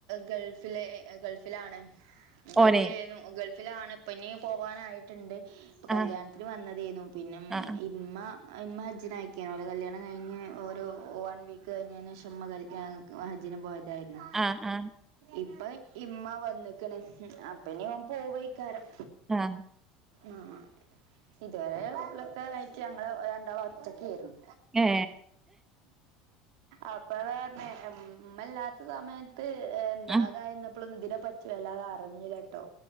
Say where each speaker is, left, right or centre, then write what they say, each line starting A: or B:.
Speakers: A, on the right (about 80°); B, on the right (about 15°).
A: ഗൾഫില് എ ഗൾഫിലാണ് <inaudible> ഗൾഫിലേനു
B: ഓനെ
A: ഗൾഫിലാണ്പ്പെനി പോവാനായിട്ട്ണ്ട് ഇപ്പോ കല്യാണത്തിന്
B: ആഹ്
A: വന്നതേനു നം
B: ആ
A: ഇ ഇമ്മ ഇമ്മ ഹജ്ജിനായിക്കേനു ഓലെ കല്യാണം കൈഞ്ഞ് ഒരു വൺ വീക്ക് കഴിഞ്ഞെനേഷം മ്മ ഗ എ ക ക് വഹജ്ജിനും പോയതായ്ര്ന്നു
B: ആഹ് ആഹ്
A: ഇപ്പ ഇമ്മ വന്ന്ക്ക്ണ് ഉം അപ്പെനി ഓൻ പോവയ്ക്കാരം
B: ആഹ്
A: അ അ ഇതുവരെ വീട്ടിലൊക്കെ ആയിട്ട് ഞങ്ങള് രണ്ടാളൊറ്റക്കേയിരുന്നു
B: ഏ
A: അപ്പത പറഞ്ഞ മ്മല്ലാത്ത സമയ ത്ത് എന്താ
B: ആ
A: അതായിന്നപ്പോളൊന്നും ഇതിനെ പറ്റി വല്ലാതെ അറിഞ്ഞിലട്ടോ